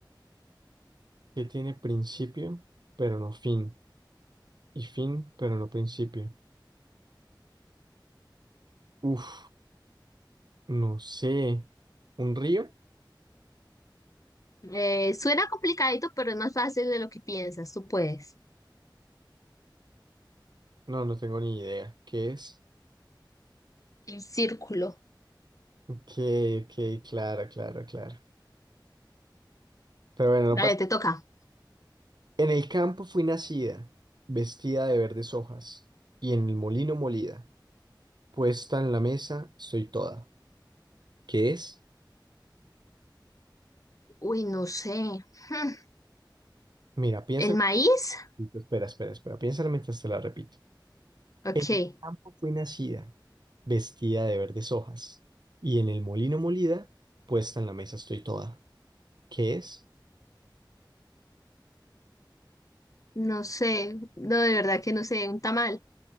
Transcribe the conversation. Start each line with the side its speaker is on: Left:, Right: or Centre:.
Right: ¿Qué tiene principio, pero no fin? Y fin, pero no principio. Uf. No sé. ¿Un río?
Left: Eh, suena complicadito, pero es más fácil de lo que piensas. Tú puedes.
Right: No, no tengo ni idea. ¿Qué es?
Left: El círculo.
Right: Ok, ok, claro, claro, claro. Pero bueno, no
Left: Dale,
Right: pasa.
Left: te toca.
Right: En el campo fui nacida, vestida de verdes hojas, y en el molino molida, puesta en la mesa estoy toda. ¿Qué es?
Left: Uy, no sé. Hmm,
Right: Mira, piénsalo.
Left: ¿El maíz?
Right: Espera, espera, espera. Piénsalo mientras te la repito.
Left: Ok.
Right: En el campo fui nacida, vestida de verdes hojas, y en el molino molida, puesta en la mesa estoy toda. ¿Qué es?
Left: No sé. No, de verdad que no sé. Un tamal.